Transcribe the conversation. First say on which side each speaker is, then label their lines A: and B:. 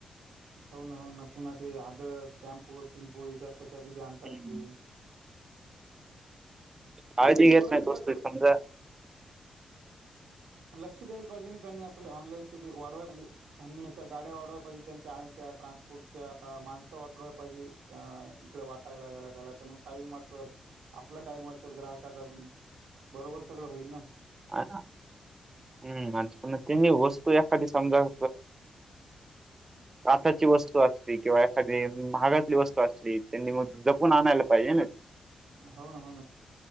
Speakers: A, on the right; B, on the right.
A: हो ना हो ना, पुन्हा ते आदळ टॅम्पो थिम्पो त्याच्यात कशात बी आणतात
B: हम्म
A: ते.
B: काळजी
A: त्यांनी
B: घेत
A: थोडं
B: नाहीत
A: म्हणजे
B: वस्तूची,
A: असं
B: समजा
A: लक्ष द्यायला पाहिजे ना त्यांनी अस ऑनलाईनचे जे, वाढवा म्हणजे त्यांनी अशा गाड्या वाढवाय पाहिजे त्यांच्या आणायच्या ट्रान्सपोर्टच्या, माणसं वाढवाय पाहिजेत. आ इकडं वाटायला याला त्याला, तर मग टाइम वाचल आपला टाइम वाचल ग्राहकाचा बी. बरोबर सगळं होईल ना?
B: हा ना. हम्म, आणि पुन्हा त्यांनी वस्तू एखादी समजा काचाची वस्तू असली किंवा एखादी महागातली वस्तू असली, त्यांनी मग जपून आणायला पाहिजे ना?
A: हो ना हो ना,